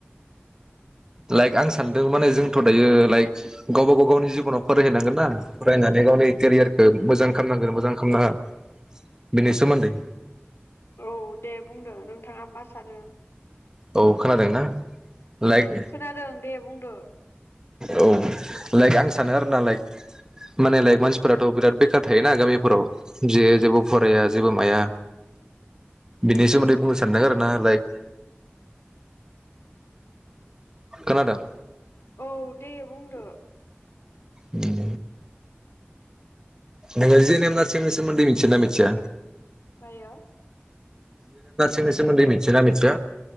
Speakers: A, on the right; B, on the left.
A: लाइक आं सानदों माने जोंथ' दायो लाइक गावबा गाव गावनि जिबनाव फरायहैनांगोनना फरायनानै गावनि केरियारखौ मोजां खालामनांगोन मोजां खालामनाङा बेनि सोमोन्दै
B: औ दे बुंदो नोंथाङा मा सानो?
A: औ खोनादोंना? लायक
B: खोनादों दे बुंदो
A: औ लाइक आं सानो आरोना लाइक माने लाइक मानसिफोराथ' बिराद बेखार थायोना गामिफोराव जे जेबो फराया जेबो माया बिनि सोमोन्दै बुंनो सानदों आरोना लाइक खोनादों।
B: औ दे बुंदो।
A: ओम नोङो <unintelligible> सोमोनदै मिथियोना मिथिया?
B: दायो
A: <unintelligible> मिथि ना मिथिया?